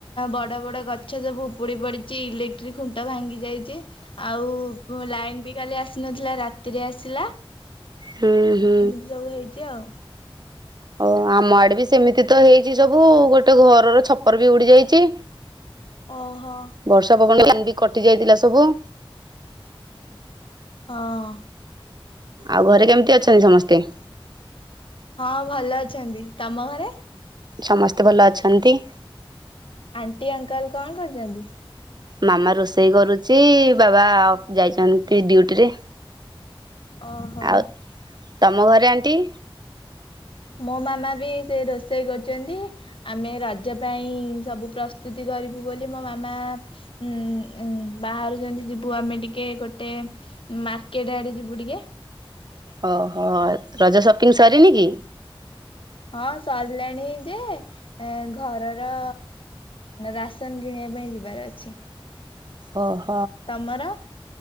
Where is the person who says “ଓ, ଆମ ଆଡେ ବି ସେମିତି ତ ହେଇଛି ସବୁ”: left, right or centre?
Right